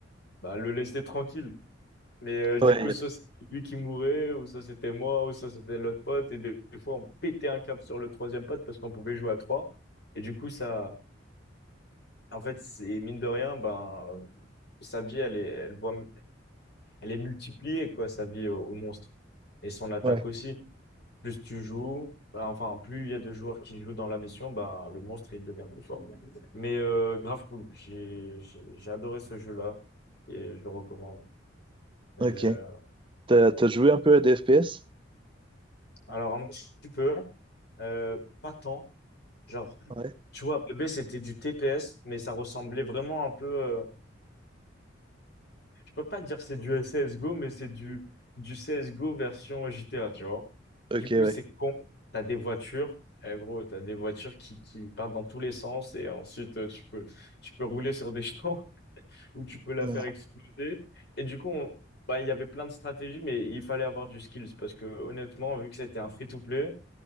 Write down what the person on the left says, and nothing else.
bah, le laisser tranquille. Mais euh, du
coup, soit c'était lui qui mourait, ou ça c'était moi, ou ça c'était l'autre pote. Et des, des fois, on pétait un câble sur le troisième pote parce qu'on pouvait jouer à trois. Et du coup, ça, en fait, c'est mine de rien, ben, euh, sa vie, elle est, elle voit elle est multipliée, quoi, sa vie au, au monstre. Et son attaque
aussi. Plus tu joues, bah, enfin, plus il y a de joueurs qui jouent dans la mission, bah, le monstre, il devient plus fort. Mais euh, grave cool. J'ai, j'ai j'ai adoré ce jeu-là et je le recommande. Et,
euh,
alors, un petit peu, euh, pas tant. Genre,
tu vois, PB, c'était du TPS, mais ça ressemblait vraiment un peu. euh, peux pas dire que c'est du CSGO, mais c'est du, du CSGO version GTA, tu vois.
Du coup,
c'est con. T'as des voitures, eh, gros, t'as des voitures qui, qui partent dans tous les sens et ensuite euh, tu peux, tu peux rouler sur des champs <laughs> ou tu peux la
faire exploser. Et du coup, on- bah, il y avait plein de stratégies, mais il fallait avoir du skills parce que honnêtement, vu que c'était un free-to-play,